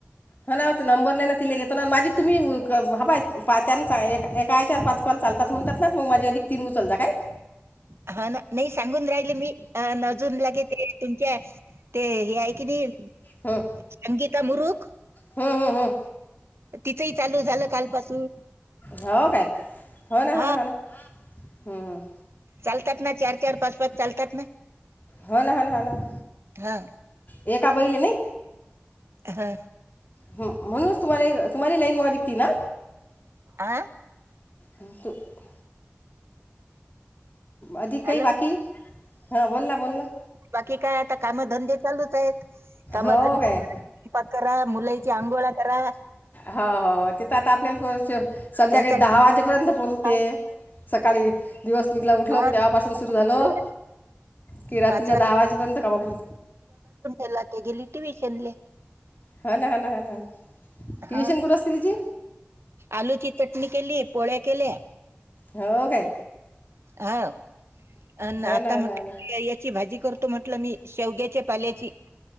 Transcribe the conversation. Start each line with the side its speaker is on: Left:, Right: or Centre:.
Left: ह ना नंबर नाही ना ति घेतो ना माझी तुम्ही ह बाय पा त्यां एका आयच्यावर पाच कॉल चालतात म्हणतात ना मग माझी अधिक तीन उचलतात काय
Right: हा ना नाही सांगून राहिले मी नजून लागे ते तुमच्या ते हे आहे की नाही
Left: हं,
Right: संगीता मुरुख
Left: हं, हं, हं.
Right: तिचंही चालू झालं कालपासून
Left: हो काय हो ना
Right: हा
Left: हो ना हो ना हम्म हम
Right: चालतात ना चार चार पाच पाच चालतात ना
Left: हो ना ह ह
Right: हा
Left: एका बैले नाही
Right: ह
Left: ह म्हणूनच तुम्हाला तुम्हाला लाईन मिकती ना
Right: आ
Left: आणिक अधिक काही
Right: आ?
Left: बाकी हा बोल ना बोल ना
Right: बाकी काय आता कामधंदे चालूच आहेत कामधंदे
Left: हो काय
Right: करा मुला अंगोळाकररा
Left: हो हो हो तेथ आता आपल्याला संध्याकाळी
Right: त्याचा
Left: दहा वाजेपर्यंत पुोरते
Right: डब्बा,
Left: सकाळी दिवस निघला उठल
Right: हा,
Left: की तेव्हापासून सुरू झालं
Right: ते
Left: की रात्रीच्या
Right: पाच
Left: दहा वाजेपर्यंत काबापूर
Right: एला तघलीटी वशनले
Left: हा ना ह ना ह ना ट्युशन
Right: हा
Left: कुठं असते तिची
Right: आलूची चटणी केली पोळे केले
Left: हो काय
Right: हा आणि
Left: हो
Right: आता
Left: ना हो
Right: म्हट
Left: ना हो ना
Right: याची भाजी कर तो म्हटलं मी शेवग्याच्या पाल्याची